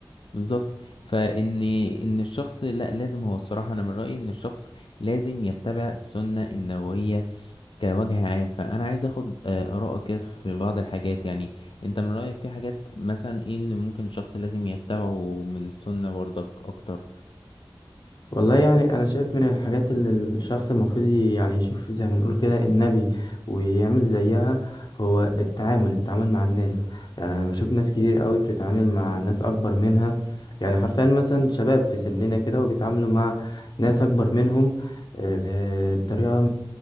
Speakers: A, on the left; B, on the left.
A: بالظبط فان ان الشخص لا لازم هو الصراحه انا من رايي ان الشخص لازم يتبع السنه النبويه كوجه عام فانا عايز اخد آه، ارائك كده في بعض الحاجات يعني انت من رايك في حاجات مثلا ايه اللي ممكن الشخص لازم يتبعه من السنه برضك اكتر
B: والله يعني أنا شايف من الحاجات اللي الشخص المفروض ي- يعني يشوف زي ما نقول كده النبي ويعمل زيها هو التعامل التعامل مع الناس يعني أنا بشوف ناس كتير قوي بتتعامل مع ناس أكبر منها يعني حرفيا مثلا شباب في سننا كده وبيتعاملوا مع ناس أكبر منهم آه، بطريقة